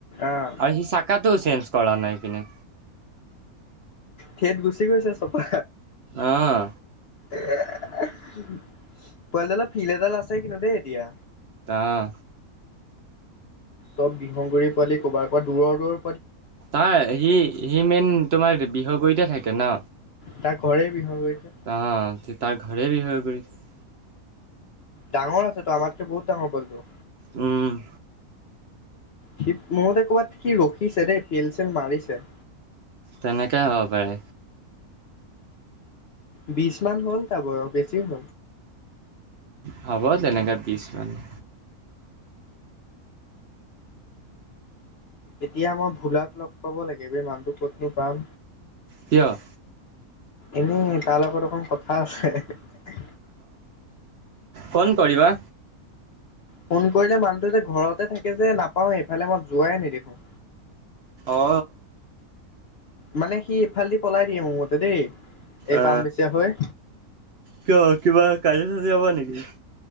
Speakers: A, on the left; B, on the right.
A: আহ
B: আৰু সি চাকাটোও চেঞ্জ কৰা নাই ইপিনে।
A: ধেত গুচি গৈছে চপা।
B: অহ,
A: এ পোৱালিডালৰ ফিল এডাল আছে কিন্তু দেই এতিয়া।
B: আহ
A: চব বিহনগুৰি পোৱালি কৰবাৰ পৰা দূৰৰ-দূৰৰ,
B: তাৰ সি-সি মেইন তোমাৰ বিহৰবৰিত থাকে। কে ন
A: তাৰ ঘৰে বিহগুৰিতে
B: অ' তাৰ ঘৰে বিহৰবৰিত
A: ডাঙৰ আছে তো আমাৰ কে বহুত ডাঙৰ বলটো।
B: উম,
A: সি, মোৰ মতে ক'বাত সি ৰখিছে দেই পিল চিল মাৰিছে।
B: তেনেকেই হ'ব পাৰে।
A: বিচ মান হ'ল চাগৈ বেছি হ'ল।
B: হ'ব তেনেকে পিছ মানে
A: এতিয়া মই ভোলাক লগ পাব লাগিব। বে মানুহটো ক'তনো পাম।
B: কিয়?
A: এনেই তাৰ লগত অকন কথা আছে।
B: ফোন কৰিবা।
A: ফোন কৰিলে মানুহটো যে ঘৰতে থাকে যে, নাপাওঁ এইফালে মই যোৱাই নিদেখো।
B: অ
A: মানে সি ইফালদি পলাই দিয়ে মোৰ মতে দেই এই
B: অ
A: বাম বেচিযা হয়।
B: কিয় কিবা কাজিয়া চাজীয়া হয় নেকি?